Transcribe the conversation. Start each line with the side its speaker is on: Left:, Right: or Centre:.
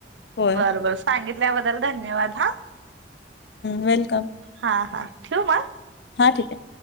Left: होय
Right: बरं बरं सांगितल्याबद्दल धन्यवाद हा.
Left: वेलकम
Right: हा हा, ठेवू मग?
Left: हां ठीक आहे.